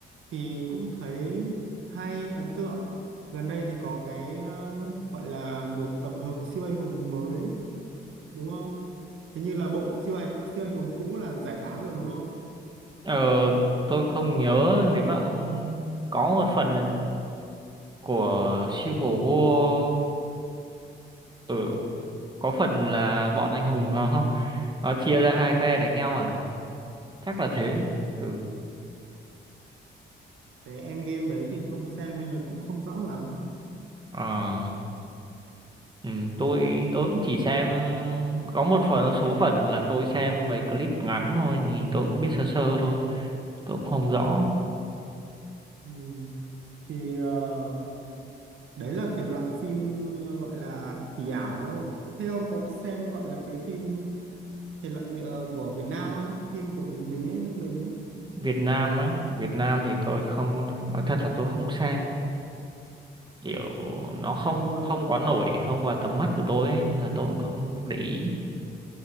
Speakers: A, on the right; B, on the right.
A: thì cũng thấy hay ấn tượng. Gần đây thì có cái ờ, gọi là một tập hợp siêu anh hùng mới đúng không? Thế như là bộ siêu anh siêu anh hùng cũ là giải tán rồi đúng không?
B: Ờ, tôi không nhớ nếu mà ông có một phần của Civil War, ừ, có phần là bọn anh hùng nó nó chia ra hai phe đánh nhau à? Chắc là thế. Ừ.
A: Cái Endgame đấy thì không xem nên là cũng không rõ lắm.
B: Ờ. Ừ, tôi tôi cũng chỉ xem có một phần số phần là tôi xem mấy clip ngắn thôi thì tôi cũng biết sơ sơ thôi tôi cũng không rõ
A: Ừ. Thì ờ, đấy là thể loại phim ờ, gọi là kỳ ảo đúng không thế ông có xem gọi là cái phim thể loại Việt- ờ, của Việt Nam không phim của Việt- mình ấy nước mình ấy
B: Việt Nam á Việt Nam thì tôi không nói thật là tôi không xem kiểu nó
A: xem
B: không
A: luôn
B: không quá nổi không vào tầm mắt của tôi ấy, nên là tôi cũng không để ý